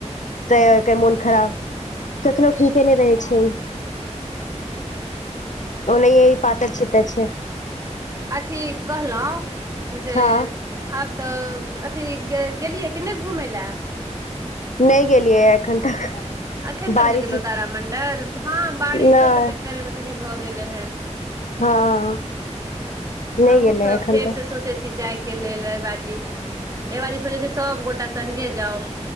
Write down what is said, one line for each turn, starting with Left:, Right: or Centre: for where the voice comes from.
Left: तऽ मोन खराब कखनो ठीके नहि रहै छै
Right: <inaudible>
Left: ओ नहि ई पातरि छितर छै
Right: अथि कहलहु जे
Left: हँ
Right: आब तऽ अथी गेलियै किने घुमय लए
Left: नहि गेलियै या एखन तक
Right: अखन
Left: बारिश
Right: तक नहि गेलहुँ तारामंडल हँ
Left: नहि
Right: बारिशो के चक्कर मे कनि भऽ गेलै हन
Left: हँ नहि
Right: हमहूँ
Left: गेलै
Right: सब
Left: एखन
Right: फेर
Left: तऽ
Right: से सोचै छी जाय के लेल एहि बाजी एहि बाजी सोचै छी सबगोटा सङ्गे जाउ